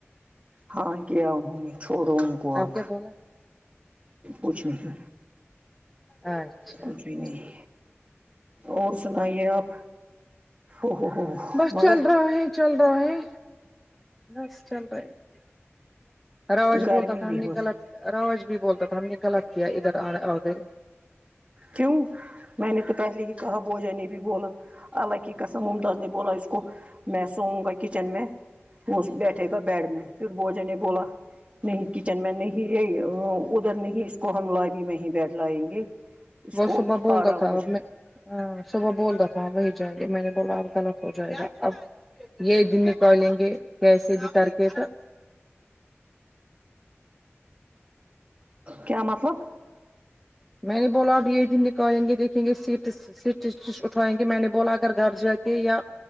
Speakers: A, on the right (about 30°); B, in the centre.
A: ہاں کیا انہوں نے چھوڑو ان کو
B: آپ
A: اب
B: کیا بولا
A: کچھ نہیں
B: اچھا
A: کچھ
B: اچھا
A: بھی نہیں اور سنائیے آپ ہو ہو ہو
B: بس
A: مگر
B: چل رہا ہے چل رہا ہے بس چل رہا ہے رواج
A: گرمی
B: بولتا تھا
A: بھی
B: ہم نے
A: بہت
B: غلط راوج بھی بولتا تھا ہم نے غلط کیا ادھر آ آکے
A: کیوں میں نے تو پہلے ہی کہا بوجا نے بھی بولا اللہ کی قسم ممتاز نے بولا اس کو میں سوؤں گا کچن میں وہ اس بیٹھے گا بیڈ میں پھر بوجا نے بولا نہیں کچن میں نہیں یہ ادھر نہیں اس کو ہم لابی میں بیٹھ لائیں گے اس
B: وہ
A: کو
B: صبح بولتا
A: آرام
B: تھا
A: ہوجات
B: اب میں ہاں صبح بولتا تھا آپ وہی جائیں گے میں نے بولا اب غلط ہو جائے گا اب یہ دن نکالیں گے کیسے بھی کرکے تو
A: کیا مطلب
B: میں نے بولا اب یہ دن نکالیں گے دیکھیں گے سیٹس سٹیچڑس اٹھوائیں گے میں نے بولا اگر گھر جاکے یا